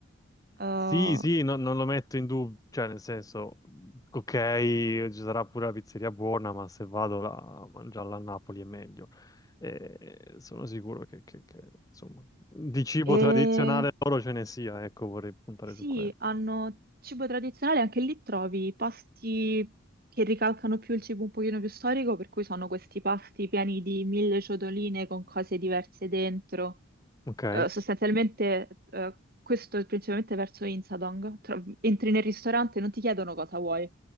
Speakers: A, on the right; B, on the left.
A: eh,
B: sì, sì, no- non lo metto in dubbio, cioè nel senso, ok, ci sarà pure la pizzeria buona, ma se vado là a mangiarla a Napoli è meglio. E sono sicuro che, che- che, insomma, di cibo
A: e
B: tradizionale loro ce ne sia, ecco, vorrei puntare
A: sì,
B: su quello.
A: hanno cibo tradizionale, anche lì trovi pasti che ricalcano più il cibo un pochino più storico, per cui sono questi pasti pieni di mille ciotoline con cose diverse dentro.
B: Ok?
A: Eh, sostanzialmente, eh, questo è principalmente verso Insadong. Tro- entri nel ristorante e non ti chiedono cosa vuoi,